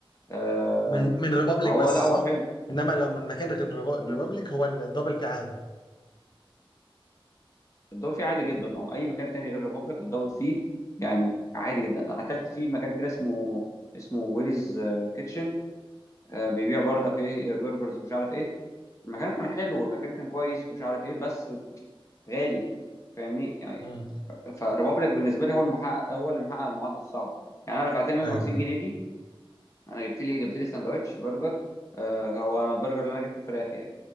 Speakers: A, on the left; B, on the left.
A: آه
B: من من ريبابليك
A: فهو
B: بس
A: لا هو
B: صح
A: حلو
B: انما لو من مكان غير ريبا-
A: يعني
B: ريبابليك هو الدبل فيه عادي
A: الدور فيه عادي جدا او اي مكان تاني غير ريبوبليك الدور فيه يعني عادي جدا انا اكلت فيه مكان كده اسمه اسمه ويليز آه، كيتشن آه بيبيع برضك ايه آه، برجرز ومش عارف ايه المكان كان حلو والمكان كان كويس ومش عارف ايه بس غالي فاهمني يعني
B: مم.
A: فريبوبليك بالنسبه لي هو المحقق هو اللي محقق المعادله الصعبه يعني انا دفعت 150
B: ايوه
A: جنيه دي انا جبت لي جبت لي سندوتش برجر آه هو انا البرجر اللي انا جبته فراخ يعني